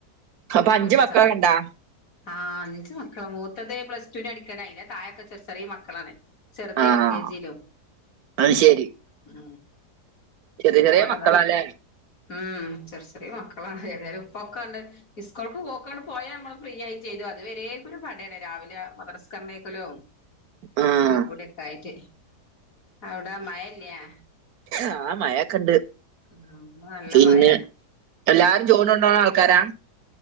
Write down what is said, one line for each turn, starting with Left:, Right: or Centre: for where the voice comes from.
Right: അപ്പൊ
Left: അപ്പ
Right: അഞ്ച്
Left: ഓൽക്ക്
Right: മക്കളൊക്കെണ്ടാ
Left: സ ആ അഞ്ച് മക്കള മൂത്തത് പ്ലസ് ടുവിന് പഠിക്കാണ് അയിന്റെ തായക്ക ചെർ ചെറിയെ മക്കളാണ് ചെറ്ത്
Right: ആഹ്
Left: എൽ കെ ജിലു
Right: അത് ശെരി
Left: ഉ
Right: ചെറിയ ചെറിയ
Left: ഓരതാ
Right: മക്കളാല്ലേ
Left: ഉം ചെർ ചെറിയ മക്കളാണ് ഏതായാലും പൊക്കണ്ട് ഇസ്കൊൾക്ക് ഒക്കാണ്ട് പോയ നമ്മള് ഫ്രീ ആയിം ചെയ്ത് അത് വരെ ക്കോരു പടേണ് രാവിലെ മദ്രസ് കമ്മയ്‌ക്കലോ
Right: ആഹ്
Left: എല്ലം കൂടി ഒക്ക ആയിട്ട് അവ്ട മഴല്യാ
Right: ആഹ് മഴൊക്കെണ്ട്
Left: ഉം ഇന്ന് നല്ല
Right: പിന്നെ
Left: മഴ
Right: എല്ലാരും ചോറോണ്ടോണ ആൾക്കാരാ